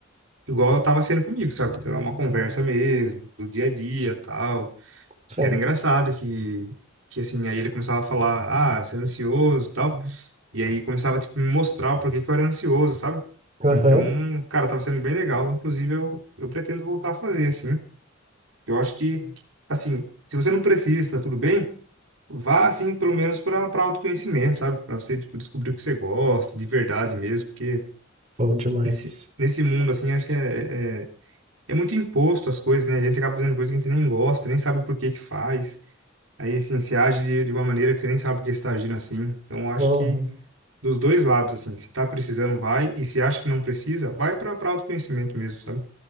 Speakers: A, on the right; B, on the right.
A: igual tava sendo comigo, sabe? Então, é uma conversa mesmo, do dia a dia, tal.
B: Sim.
A: E era engraçado que, que assim, aí ele começava a falar, ah, você é ansioso e tal. E aí começava, tipo, me mostrar o porquê que eu era ansioso, sabe?
B: Aham.
A: Então, cara, tava sendo bem legal. Inclusive, eu, eu pretendo voltar a fazer, assim. Eu acho que, assim, se você não precisa, tá tudo bem, vá, assim, pelo menos para para autoconhecimento, sabe? para você, tipo, descobrir o que você gosta, de verdade mesmo. Porque
B: Bom demais.
A: nesse, nesse mundo, assim, acho que é, é, é é muito imposto as coisas, né? A gente acaba fazendo coisas que a gente nem gosta, nem sabe por que que faz. Aí, assim, você age de, de uma maneira que você nem sabe por que você está agindo assim. Então, eu acho
B: Uhum.
A: que dos dois lados, assim, se tá precisando, vai. E se acha que não precisa, vai para para autoconhecimento mesmo, sabe?